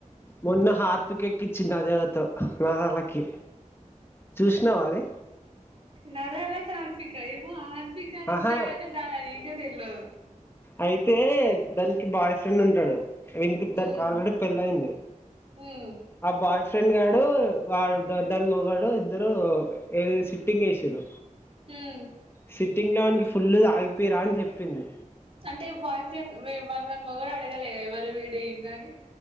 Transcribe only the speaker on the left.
మొన్న హార్పిక్ ఎక్కించింది అది ఎవత్తో నరాళ్ళకి చూసినావా అది
ఆహా
అయితే దానికి బాయ్ ఫ్రెండ్ ఉంటాడు ఇంటి దానికి
ఆల్రెడీ పెళ్ళి అయింది
ఆ బాయ్ ఫ్రెండ్ గాడు, వా దాని మగడు ఇద్దరు ఏది సిట్టింగ్ వేసిర్రు
సిట్టింగ్ లో వాన్కి ఫుల్ తాగ్పీరా అని చెప్పింది